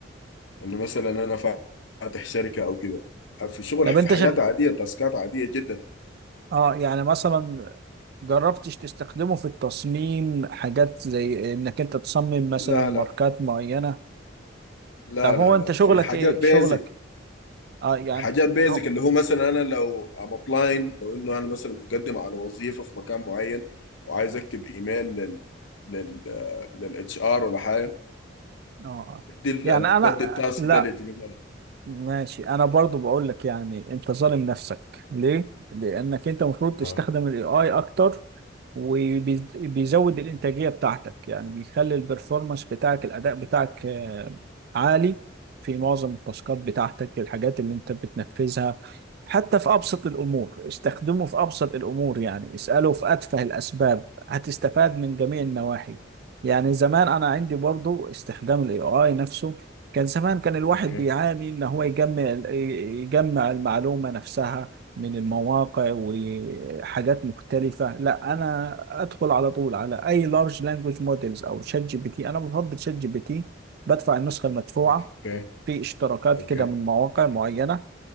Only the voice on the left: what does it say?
إنه مثلا أنا فاتح شركة أو كده آه، في شغل
في
حياة
عادية تاسكات عادية جدا
لا
لا
لا
لا
لا
في حاجات
بيزك
حاجات بيزك
اللي هو مثلا انا لو ام ابلاين لو انه انا مثلا مقدم على وظيفه في مكان معين وعايز اكتب ايميل لل لل للاتش ار ولا حاجه
بدي ال-
بدي التاسك
ده لجميل
اه
اوكي
اوكي
اوكي